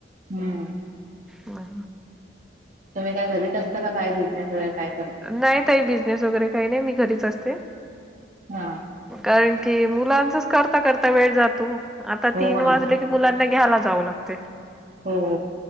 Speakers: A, on the right (about 45°); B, in the centre.
A: हम्म.
B: हा.
A: तुम्ही काय घरीच असता काय बिझनेस वगैरे काय कर
B: नाही ताई बिझनेस वगैरे काही नाही मी घरीच असते.
A: हा.
B: कारण की मुलांचच करता करता वेळ जातो आता
A: हो
B: तीन
A: ना
B: वाजले मुलांना घ्यायला जाव लागतंय.
A: हो.